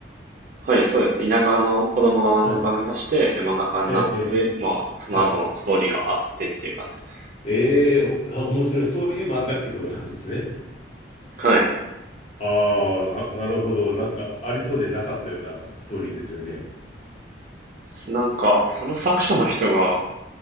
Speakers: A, on the right (about 45°); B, on the left (about 35°).
A: はい、そうですね。田舎の子供が漫画家を目指して、
B: はい。
A: で、漫画家になって、
B: えー、え
A: まあ、その後のストーリーがあってっていう感じです。
B: ー、はい。えー、お、あ面白い。そういう漫画ってことなんですね。
A: はい。
B: ああ、な、なるほど。なんか、ありそうでなかったようなストーリーですよね。
A: なんか、その作者の人が、